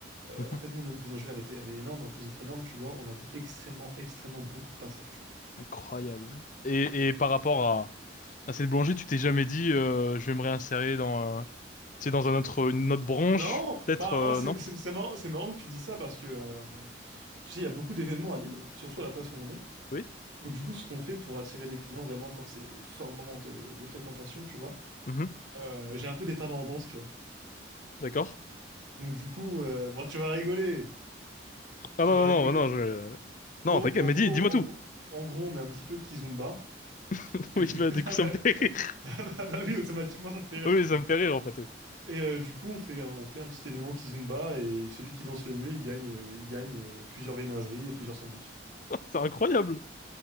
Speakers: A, on the right; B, on the left.
A: Euh,
B: Mhm.
A: en fait, nous, notre boulangerie, elle était, elle est énorme, et en plus d'être énorme, tu vois, on a extrêmement, extrêmement beaucoup de passages, tu vois.
B: Incroyable. Et, et par rapport à, à cette boulangerie, tu t'es jamais dit, euh, je vais me réinsérer dans, euh, tu sais, dans un autre, une autre branche,
A: Non!
B: peut-être,
A: Bah,
B: euh,
A: oh, c'est
B: non?
A: c'est- c'est marrant, c'est marrant que tu dis ça parce que, euh, tu sais, il y a beaucoup d'événements à Lille, surtout à la place où on est.
B: Oui?
A: Donc du coup, ce qu'on fait pour attirer des clients vraiment quand c'est fort moment de, de fréquentation, tu vois,
B: Mhm.
A: euh, j'ai un peu des talents en danse, tu vois.
B: D'accord.
A: Donc du coup, euh, bon, tu vas rigoler,
B: Ah
A: tu
B: non,
A: vas rigoler.
B: non, non, non, je... Non,
A: Bon,
B: t'inquiète,
A: en
B: mais
A: gros,
B: dis, dis-moi
A: en,
B: tout.
A: gros, en gros, on met un petit peu de kizomba.
B: <laughs>
A: Et
B: Oui,
A: du... <laughs>
B: bah, du coup,
A: Ah
B: ça
A: bah,
B: me fait rire.
A: ah bah- bah oui, <laughs> automatiquement, ça te fait rire,
B: Oui,
A: tu
B: ça
A: vois.
B: me fait rire, en fait, oui.
A: Et euh, du coup, on fait, un- on fait un petit événement kizomba et celui qui danse le mieux, il gagne, euh, il gagne euh, plusieurs viennoiseries et plusieurs sandwichs.
B: <laughs> C'est incroyable.